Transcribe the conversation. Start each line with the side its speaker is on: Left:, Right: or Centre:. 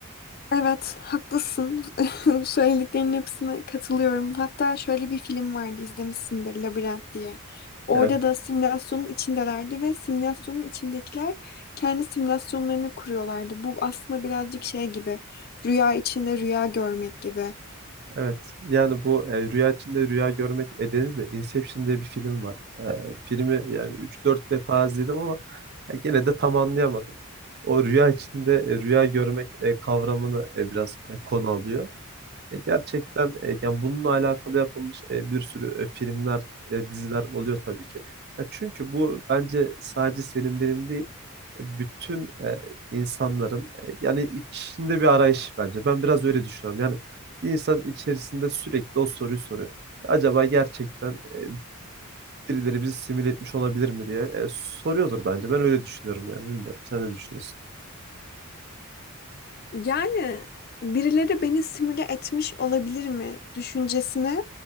Left: Evet, haklısın. <laughs> Söylediklerinin hepsine katılıyorum. Hatta şöyle bir film vardı, izlemişsindir, Labirent diye. Orada
Right: Evet,
Left: da simülasyonun içindelerdi ve simülasyonun içindekiler kendi simülasyonlarını kuruyorlardı. Bu aslında birazcık şey gibi, rüya içinde rüya görmek gibi.
Right: evet. Yani bu e, rüya içinde rüya görmek edenizle Inception diye bir film var. E, filmi yani üç dört defa izledim ama e, gene de tam anlayamadım. O rüya içinde e, rüya görmek e, kavramını e, biraz e, konu alıyor. E, gerçekten e, yani bununla alakalı yapılmış e, bir sürü e, filmler, e, diziler oluyor tabii ki. Ya çünkü bu bence sadece senin benim değil, e, bütün e, insanların e, yani içinde bir arayış bence. Ben biraz öyle düşünüyorum. Yani bir insan içerisinde sürekli o soruyu soruyor. Acaba gerçekten e, birileri bizi simüle etmiş olabilir mi diye e, soruyordur bence. Ben öyle düşünüyorum yani bilmiyorum. Sen ne düşünüyorsun?
Left: Yani birileri beni simüle etmiş olabilir mi düşüncesine